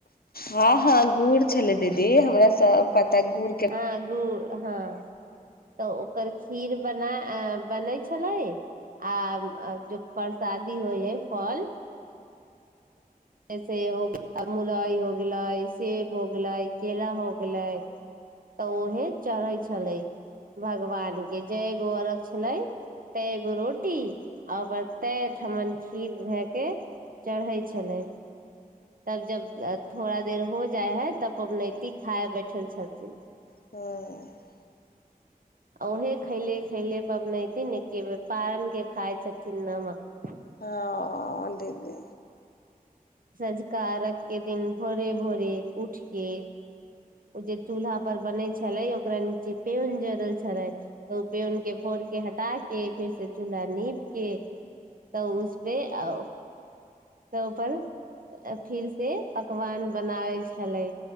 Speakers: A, on the left; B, on the right.
A: हँ हँ गूड़ छलै दीदी हमरा सऽ प त गुड़के
B: हँ गुड़ हँ तऽ ओकर खीर बना आ बनै छलै आ जे परसादी होइ हइ फल जैसे हो गेलै मुलई हो गेलै सेब हो गेलै केला हो गेलै तऽ ओहे चढ़े छलै भगवान के जय गो अरघ छलै तय एगो रोटी आ ओकर तय ठमन खीर धए के चढ़ै छलै तब जब थोड़ा देर हो जाइ हइ तब पबनैति खाए बैठल छथिन
A: हँ
B: उहे खैले खैले पबनथिन एके बेर पारण के खाय छथिन नमक
A: हँ दीदी
B: सँझुका अर्घ्य के दिन भोरे भोरे उठके ओ जे चूल्हा पर बनै छलै ओकरा नीचे पेउन जोड़ल छलै तऽ ओ पेउनके फोर के हटा के फेरसँ चूल्हा नीप के तऽ उसपे आ तै पर फिर से पकवान बनाबै छलै